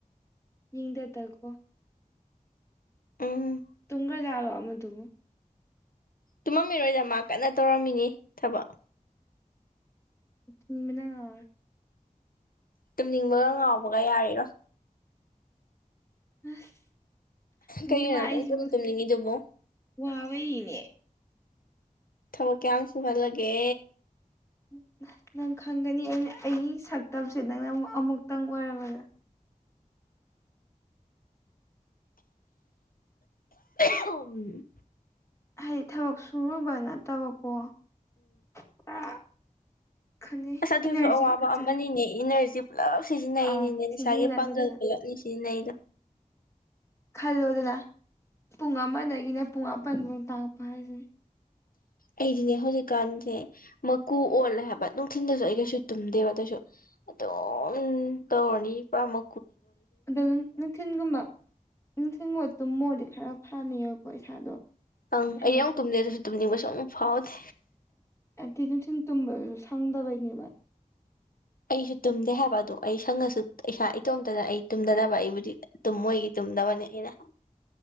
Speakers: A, on the left; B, on the left.
A: ꯌꯦꯗꯦ ꯇꯀꯣ
B: ꯎꯝ
A: ꯇꯨꯡꯒ ꯔ ꯑꯃꯗꯨꯃꯣ
B: ꯇꯨꯝꯃꯝꯃꯤꯔꯣꯏꯗ ꯃꯥ ꯀꯟꯅ ꯇꯧꯔꯝꯃꯤꯅꯤ ꯊꯕꯛ
A: ꯎ ꯃ
B: ꯇꯨꯝꯅꯤꯡꯕꯒ ꯉꯥꯎꯕꯒ ꯌꯥꯔꯤꯔꯣ
A: ꯑꯁ
B: ꯀꯩꯒꯤꯅꯣ
A: ꯃꯤ ꯃꯥꯥꯏꯁꯤꯕꯨ
B: ꯅꯪ ꯄꯪꯇꯨꯝ ꯇꯨꯝꯅꯤꯡꯉꯤꯗꯨꯕꯨ
A: ꯋꯥꯕ ꯏꯅꯦ
B: ꯊꯃꯣ ꯀꯌꯥꯁꯨꯣꯚꯜ ꯂꯒꯦ
A: ꯎꯝ ꯅꯪ ꯈꯪꯒꯅꯤ ꯑꯩꯅ ꯑꯩꯒꯤ ꯁꯛꯇꯝꯁꯦ ꯅꯪꯅ ꯑꯃꯨꯛꯇꯪ ꯑꯣꯏꯔꯕꯅꯦ
B: ꯎꯝ
A: ꯍꯥꯏꯗꯤ ꯊꯕꯛ ꯁꯨꯔꯨꯕ ꯅꯠꯇꯕꯀꯣ ꯄꯨꯔꯥ ꯈꯅꯤ
B: ꯑꯁ ꯑꯗꯨꯁꯨ
A: ꯏꯅꯔꯖꯤ
B: ꯑꯋꯥꯕ
A: ꯈꯨꯠꯆꯠ
B: ꯑꯃꯅꯤꯅꯦ ꯏꯅꯔꯁꯤ ꯄꯨꯜꯂꯞ ꯁꯤꯖꯤꯟꯅꯩꯅꯤꯅꯦ
A: ꯑꯥ
B: ꯉꯁꯥꯏꯒꯤ
A: ꯁꯤꯖꯤꯟꯅꯕꯅ
B: ꯄꯥꯡꯒꯜ ꯄꯨꯂꯞꯅꯤ ꯁꯤꯖꯤꯟꯅꯩꯗꯣ
A: ꯈꯜꯂꯣꯗꯅ ꯄꯨꯡ ꯑꯃꯗꯒꯤꯅ ꯄꯨꯡ ꯃꯥꯄꯟ ꯐꯧ ꯇꯥꯛꯄ ꯍꯥꯏꯁꯦ
B: ꯑꯩꯗꯤꯅꯦ ꯍꯧꯖꯤꯛꯀꯥꯟꯁꯦ ꯃꯀꯨ ꯑꯣꯜꯂꯦ ꯍꯥꯏꯕ ꯅꯨꯡꯊꯤꯟꯜꯗꯁꯨ ꯑꯩ ꯀꯩꯁꯨ ꯇꯨꯝꯗꯦꯕ ꯑꯗꯨꯁꯨ ꯑꯗꯨꯝ ꯇꯧꯅꯤ ꯄ꯭ꯔꯥꯃꯨ
A: ꯑꯗꯣ ꯅꯨꯡꯊꯤꯜꯒꯨꯝꯕ ꯅꯨꯡꯊꯤꯜꯒꯣ ꯇꯨꯝꯃꯣꯔꯗꯤ ꯈꯔ ꯐꯅꯤꯑꯕꯀꯣ ꯏꯁꯥꯗꯣ
B: ꯑꯪ
A: ꯍꯥꯏꯗꯤ
B: ꯑꯩ ꯑꯃꯨꯛ ꯇꯨꯝꯂꯗꯁꯨ ꯇꯨꯝꯅꯤꯡꯕꯁꯨ ꯑꯃꯨꯛ ꯐꯥꯎꯗꯦ
A: ꯅꯝ ꯊꯟꯇꯨꯝꯕ ꯁꯪꯗꯥꯕꯏꯅꯦꯕ
B: ꯑꯩꯁꯨ ꯇꯨꯝꯗꯦ ꯍꯥꯏꯕ ꯑꯗꯨꯗ ꯑꯩ ꯁꯪꯉꯁꯨ ꯏꯁꯥ ꯏꯇꯣꯝꯇꯅ ꯑꯩ ꯇꯨꯝꯗꯗꯅꯕ ꯑꯩꯕꯨꯗꯤ ꯇꯨꯝꯃꯣꯏꯒꯤ ꯕꯅꯦ ꯏꯅ